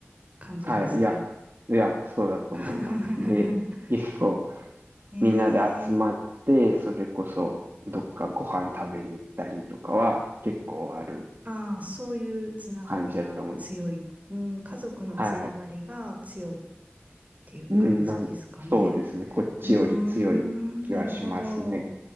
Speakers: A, on the right; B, on the right.
A: 感じですか
B: はい、いや、いや、そうだと思います。
A: <laughs>
B: で、結構
A: ええ
B: みんなで集まって、それこそどっかご飯食べに行ったりとかは結構ある
A: ああ、そういうつながりが強い。
B: 感じだと思う。
A: うん、家族のつながりが強いっ
B: はい。
A: ていう感じですかね。
B: うん、なん、そうですね。こっちより強い気はしますね。
A: うーん、なるほど。